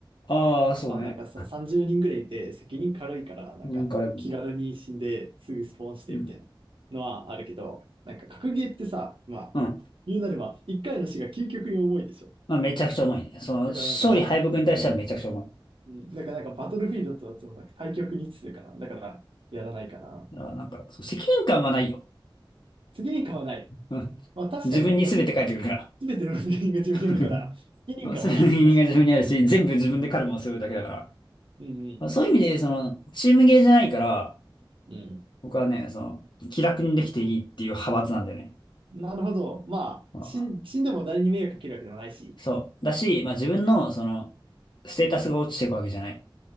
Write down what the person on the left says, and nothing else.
あー、そうね。
うん、これ、う
ん。
うん。
まあ、めちゃくちゃ重いね。その、
勝利敗北に対してはめちゃくちゃ重い。
あ、なんか、そう、責任感はないよ。
うん。
自分に全て返ってくるから。
<laughs>
まあ責任が自分にあるし、
全部自分でカルマを背負うだけだから。
そういう意味で、その、チームゲーじゃないから、
僕はね、その、気楽にできていいっていう派閥なんだよね。
まあ
そう。だし、まあ自分の、その、ステータスが落ちていくわけじゃない。